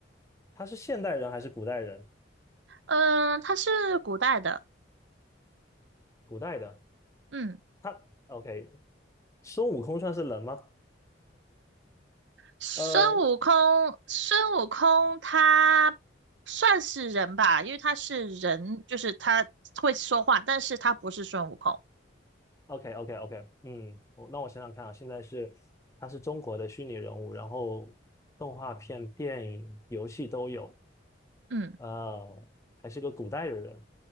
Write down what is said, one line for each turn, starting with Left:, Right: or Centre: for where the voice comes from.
Left: 他是现代人还是古代人？
Right: 嗯、他是古代的。
Left: 古代的，
Right: 嗯。
Left: 他，OK，孙悟空算是人吗？
Right: 孙悟空，
Left: 呃
Right: 孙悟空他算是人吧，因为他是人，就是他会说话，但是他不是孙悟空。
Left: ，OK，OK，OK，OK，嗯，我那我想想看啊，现在是他是中国的虚拟人物，然后动画片、电影、游戏都有，
Right: 嗯
Left: 呃，还是个古代的人，